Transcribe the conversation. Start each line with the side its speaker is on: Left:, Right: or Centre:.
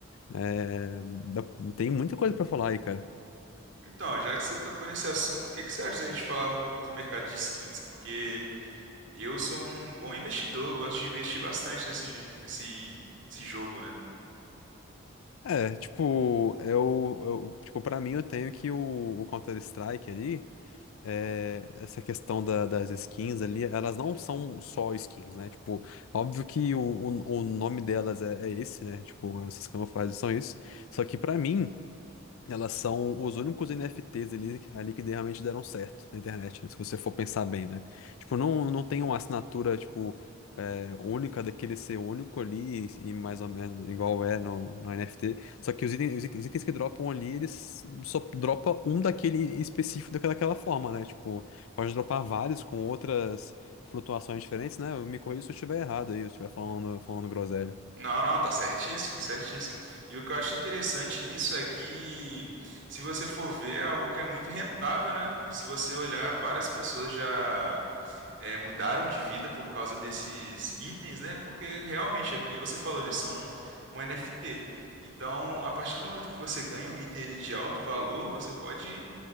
Left: É, dá- tem muita coisa pra falar aí, cara.
Right: Então, já que você tocou nesse assunto, o que que você acha da gente falar um pouco do mercado de skins? Porque eu sou um bom investidor, eu gosto de investir bastante nesse, nesse, nesse jogo, né?
Left: É, tipo, eu, eu tipo, para mim eu tenho que o, o Counter-Strike ali, é, essa questão da- das skins ali, elas não são só skins, né? Tipo, óbvio que o, o, o nome delas é, é esse, né? Tipo, essas camuflagens são isso. Só que pra mim, elas são os únicos NFTs ali, ali que realmente deram certo na internet, né? Se você for pensar bem, né? Tipo, não, não tem uma assinatura, tipo é, única daquele ser único ali e, e mais ou menos igual é no, no NFT. Só que os itens, os itens, os itens que dropam ali, eles só dropa um daquele específico daquela daquela forma, né? Tipo, pode dropar vários com outras flutuações diferentes, né? Eu Me corrija se eu estiver errado aí, se eu estiver falando, falando groselha.
Right: Não, não, tá certíssimo, certíssimo. E o que eu acho interessante nisso é que, se você for ver, é algo que é muito rentável, né? Se você olhar, várias pessoas já é, mudaram de vida por causa desses itens, né? Porque realmente, é que nem você falou, eles são um NFT. Então, a partir do momento que você ganha um item ali de alto valor, você pode